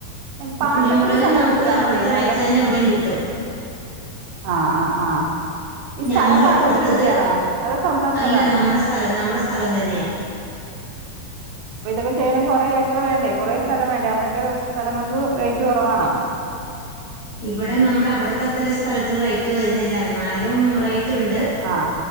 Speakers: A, on the right; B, on the left.
A: ഇൻ പാട്ടത്തിന്
B: കുരുമുളകിന്
A: സ്ഥലം
B: നമുക്ക്
A: എടുത്തിട്ടാണോ
B: അവിടുത്തെ
A: ചെയ്യുന്നത്
B: റേറ്റ്
A: അതോ
B: തന്നെ ഇവിടെയും കിട്ടും
A: ആ ആആ ഈ സ്ഥലം
B: ഞങ്ങള്
A: പാട്ടത്തിനെടുത്തെ
B: കൊടുത്തത്
A: ആണോ അതോ സ്വന്തം സ്ഥലമാണോ
B: അല്ല നമ്മുടെ സ്ഥലം നമ്മുടെ സ്ഥലം തന്നെയാ
A: അത് ചെയ്യണങ്കിൽ കൊറെ ഏക്കർ വേണ്ടേ കൊറെ സ്ഥലം വേണ്ടേ അവിടൊക്കെ സ്ഥലങ്ങൾക്ക് റേറ്റ് കുറവാണോ
B: ഇവിടെ നമ്മുടെ അവിടത്തെ അത്ര സ്ഥലത്തിന് റേറ്റ് റ്റ് വരുന്നില്ല എന്നാലും റേറ്റ് റ്റുണ്ട്
A: ആഹ്